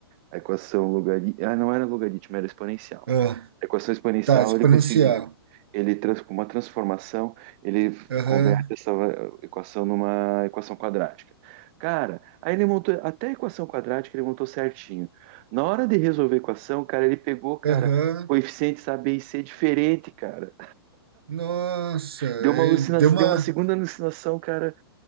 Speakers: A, on the right; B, on the right.
A: a equação logarítmica. Ah, não era logaritmo, era exponencial.
B: Ah,
A: A equação exponencial
B: tá, exponencial.
A: ele conseguiu. Ele trans, com uma transformação, ele
B: Aham.
A: converte essa eh, equação numa equação quadrática. Cara, aí ele montou até a equação quadrática ele montou certinho. Na hora de resolver a equação, cara, ele pegou, cara,
B: Aham.
A: coeficientes A, B e C diferente, cara.
B: Nossa, é,
A: Deu uma alucinação,
B: deu uma.
A: deu uma segunda alucinação, cara,